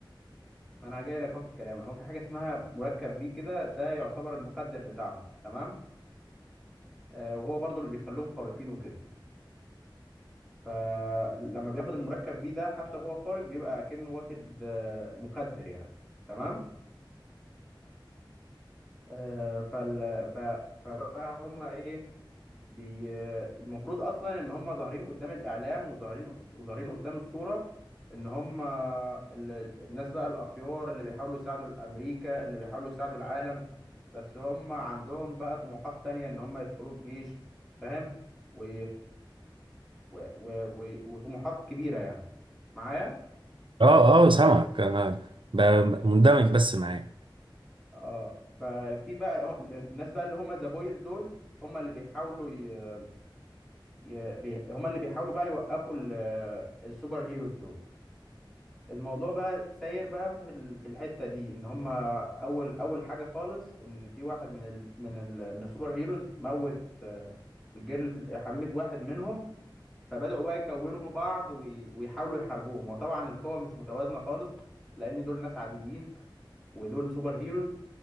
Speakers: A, in the centre; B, on the right (about 75°).
A: ما انا جاي لك اهو في الكلام هو في حاجه اسمها مركب في كده ده يعتبر المخدر بتاعهم تمام آه وهو برضو اللي بيخليهم خارقين وكده فلما بياخد المركب في ده حتى وهو خارق بيبقى كأنه واخد آه مخدر يعني تمام آه فال ف فبقى هم ايه بي... المفروض اصلا ان هم ظاهرين قدام الاعلام وظاهرين وظاهرين قدام الصوره ان هم ال... الناس بقى الاخيار اللي بيحاولوا يساعدوا الامريكا اللي بيحاولوا يساعدوا العالم بس هم عندهم بقى طموحات تانية ان هم يدخلوا الجيش فاهم و... و... و... و... وطموحات كبيره يعني معايا
B: اه اه سامعك انا ب- مندمج بس معاه
A: اه ففي بقى هو- الناس بقى اللي هم ذا بويز دول هم اللي بيحاولوا ي... ي... بي... هم اللي بيحاولوا بقى يوقفوا ال... السوبر هيروز دول الموضوع بقى ساير بقى في ال- في الحته دي ان هما اول اول حاجه خالص ان في واحد من ال من ال من السوبر هيروز موت آه، الجيرل حميت واحد منهم فبداوا بقى يكونوا بعض وي- ويحاولوا يحاربوهم وطبعا القوه مش متوازنه خالص لان دول ناس عاديين ودول سوبر هيروز